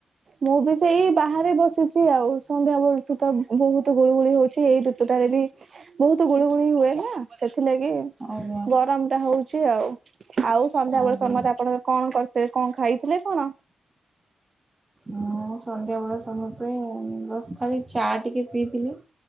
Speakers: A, on the right; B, on the right.
A: ମୁଁ ବି ସେଇ ବାହାରେ ବସିଛି ଆଉ ସନ୍ଧ୍ୟା ବେଳଠୁ ତ ବୋହୁତୁ ଗୁଳୁଗୁଳି ହଉଛି ଏଇଠୁ ୟତୁଟାରେ ଦି ବହୁତୁ ଗୁଳୁ ଗୁଳି ହୁଏ। ନାଁ ସେଥିଲାଗି
B: ଆଜ୍ଞା
A: ଗରମଟା ହଉଚି ଆଉ। ଆଉ ସନ୍ଧ୍ୟା
B: ଆଜ୍ଞା
A: ବେଳେ ସମତେ ଆପଣଙ୍କ କଣ କରିତେ କଁ ଖାଇଥିଲେ କଣ?
B: ମୁଉ ସନ୍ଧ୍ୟା ବେଳେ ସମତେ ଉଁ ଅସ୍ ଖାଲି ଚା ଟିକେ ପିଇଥିଲି